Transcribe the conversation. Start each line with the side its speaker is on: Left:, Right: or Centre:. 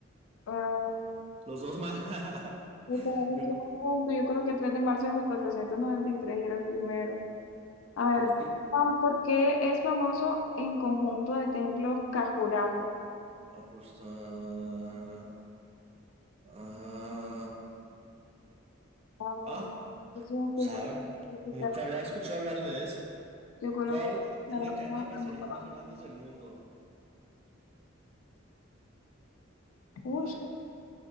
Left: Mal.
Right: Los dos mal. <laughs>
Left: Me quedaron
Right: Yo-
Left: solo un punto. Yo creo que 3 de marzo de 1493 era el primero. A
Right: ¿por
Left: ver,
Right: qué?
Left: fam- ¿por qué es famoso en conjunto de templos Cajurajo?
Right: Ah, pues, ah, ah,
Left: Ay,
Right: ah,
Left: eso es súper
Right: sabe.
Left: chiquita.
Right: Nunca había escuchado hablar de eso.
Left: Yo creo
Right: ¿Cuál
Left: que Picharon
Right: es la cadena
Left: es
Right: de pizzerías
Left: primera.
Right: más grandes del mundo?
Left: Uy,
Right: Ay.